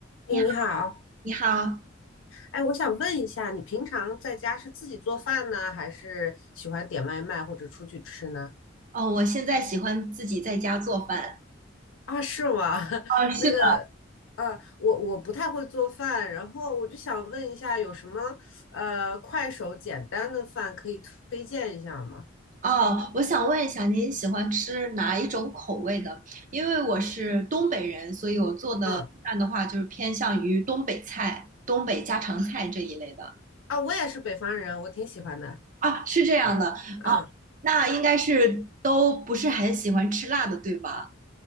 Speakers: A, on the left; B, on the right.
A: 哎，
B: 你好，
A: 你好，
B: 你好，
A: 哎，我想问一下，你平常在家是自己做饭呢，还是喜欢点外卖或者出去吃呢？
B: 哦，我现在喜欢自己在家做饭。
A: 啊，是吗？<laughs>
B: 哦，是的，
A: 那个，呃，我我不太会做饭，然后我就想问一下，有什么呃快手简单的饭可以推荐一下吗？
B: 哦，我想问一下，您喜欢吃哪一种口味的？因为我是东北人，所以我做的饭的话，
A: 嗯，
B: 就是偏向于东北菜、东北家常菜这一类的。
A: 啊，我也是北方人，我挺喜欢的。
B: 啊，是这样的，哦，
A: 嗯，
B: 那应该是都不是很喜欢吃辣的，对吧？